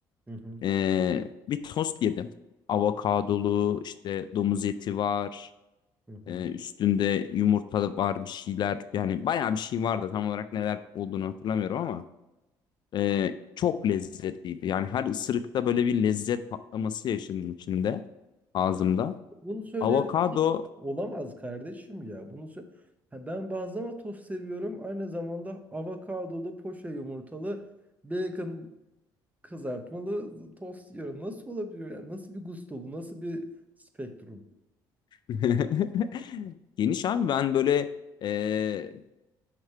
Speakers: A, on the right; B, on the left.
A: Hı hı,
B: E, bir tost yedim. Avokadolu işte domuz eti var.
A: hı hı.
B: E, üstünde yumurta var bir şeyler. Yani bayağı bir şey vardı. Tam olarak neler olduğunu hatırlamıyorum ama. e, çok lezzetliydi. Yani her ısırıkta böyle bir lezzet patlaması yaşadım içinde, ağzımda.
A: Bunu söyleyen
B: Avokado
A: kimse olamaz kardeşim ya. Bunu sö- Ha, ben bazlama tost seviyorum. Aynı zamanda avokadolu, poşe yumurtalı, bacon kızartmalı tost yiyorum. Nasıl olabiliyor ya? Nasıl bir gusto bu? Nasıl bir spektrum?
B: <laughs> Geniş abi ben böyle e,